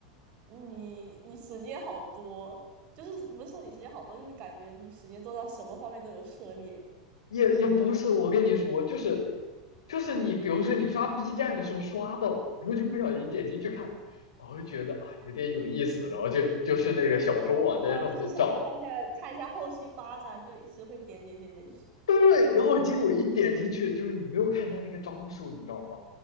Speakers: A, on the right (about 45°); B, on the left (about 75°).
A: 你你时间好多，就是不是说你时间好多，就是感觉你时间做到什么方面都有涉猎。
B: 也也不是。我跟你说，就是就是你，比如说你刷 B 站的时候刷到，然后就不小心点进去看，
A: 嗯，
B: 然后就觉得啊有点有意思，然后就就是那个小说网站上面找，
A: 呃，就是想看一下看一下后续发展，就一直会点点点点，就是
B: 对，然后结果一点进去，
A: 那种，
B: 就是你没有看他那个章数，你知道吗？